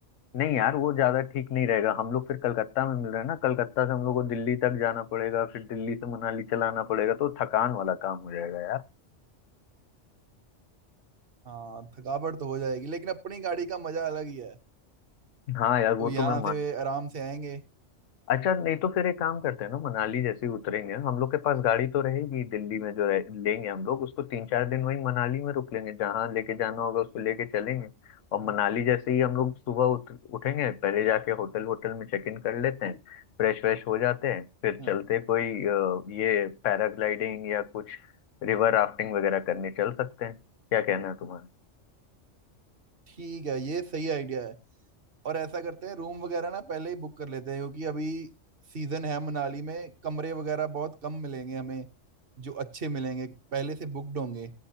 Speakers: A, on the left (about 85°); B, on the right (about 50°).
A: नहीं यार वो ज्यादा ठीक नहीं रहेगा हम लोग फिर कलकत्ता में मिल रहे हैं ना कलकत्ता से हम लोग को दिल्ली तक जाना पड़ेगा फिर दिल्ली से मनाली चलाना पड़ेगा तो थकान वाला काम हो जाएगा यार
B: हाँ थकावट तो हो जाएगी लेकिन अपनी गाड़ी का मजा अलग ही है
A: हाँ यार वो
B: तो यहाँ
A: तो मैं
B: से आराम से आएंगे
A: अच्छा नहीं तो फिर एक काम करते हैं ना मनाली जैसे ही उतरेंगे हम लोग के पास गाड़ी तो रहेगी दिल्ली में जो रहे, लेंगे हम लोग उसको तीन चार दिन वहीं मनाली में रुक लेंगे जहाँ लेके जाना होगा उसको लेके चलेंगे और मनाली जैसे ही हम लोग सुबह उठ, उठेंगे पहले जाके होटल वोटल में चेक इन कर लेते हैं फ्रेश व्रेश हो जाते हैं फिर
B: हाँ
A: चलते कोई अ, ये पैराग्लाइडिंग या कुछ रिवर राफ्टिंग वगैरह करने चल सकते हैं क्या कहना है तुम्हारा
B: ठीक है ये सही आइडिया है और ऐसा करते हैं रूम वगैरह ना पहले ही बुक कर लेते हैं क्योंकि अभी सीजन है मनाली में कमरे वगैरह बहुत कम मिलेंगे हमें जो अच्छे मिलेंगे पहले से बुकड होंगे